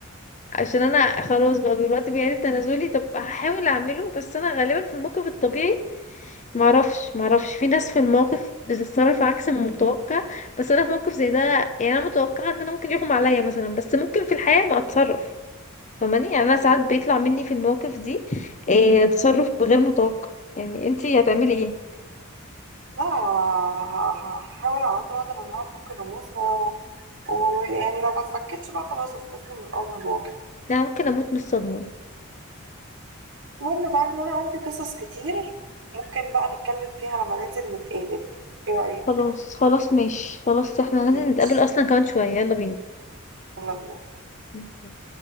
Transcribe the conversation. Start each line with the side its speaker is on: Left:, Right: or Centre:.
Left: عشان انا خلاص بقى دلوقتي بيعيد تنازلي طب هحاول اعمله بس انا غالبا في الموقف الطبيعي معرفش معرفش في ناس في الموقف بتتصرف عكس المتوقع بس انا في موقف زي ده يعني انا متوقعه ان انا ممكن يغمى عليا مثلا بس ممكن في الحياه ما اتصرف فماني يعني انا
Right: ايوه
Left: ساعات بيطلع
Right: فاهمة
Left: مني في المواقف دي إيه تصرف غير متوقع يعني انتي هتعملي ايه
Right: لا انا ه- ه- هحاول على قد ما اقدر ان انا افك الرموز و... ويعني لو ما اتفكتش بقى خلاص استسلم للامر الواقع
Left: لا ممكن اموت من الصدمه
Right: المهم بقى ان انا عندي قصص كتير ممكن بقى نتكلم فيها لما ننزل نتقابل ايه رايك
Left: خلاص خلاص ماشي خلاص احنا لازم
Right: ماشي
Left: نتقابل اصلا كمان شويه يلا
Right: يلا بينا
Left: بينا